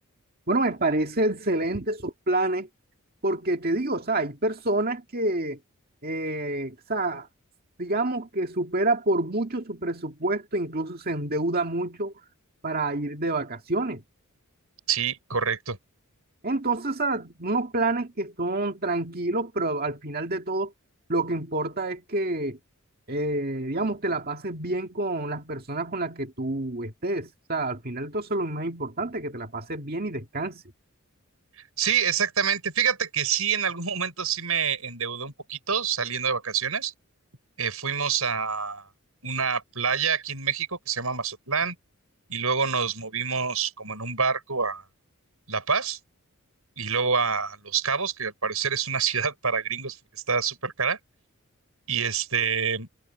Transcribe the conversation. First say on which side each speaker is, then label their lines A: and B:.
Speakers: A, on the right; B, on the right.
A: Bueno, me parece excelente esos planes, porque te digo, o sea, hay personas que, eh, o sea, digamos que supera por mucho su presupuesto, incluso se endeuda mucho para ir de vacaciones.
B: Sí, correcto.
A: Entonces, ah, unos planes que son tranquilos, pero al final de todo, lo que importa es que, eh, digamos, te la pases bien con las personas con las que tú estés. O sea, al final de todo, eso es lo más importante, que te la pases bien y descanses.
B: Sí, exactamente. Fíjate que sí, en algún <laughs> momento sí me endeudé un poquito saliendo de vacaciones. eh, fuimos a una playa aquí en México que se llama Mazatlán y luego nos movimos como en un barco a La Paz y luego a Los Cabos, que al parecer es una <laughs> ciudad para gringos porque está súper cara. Y este,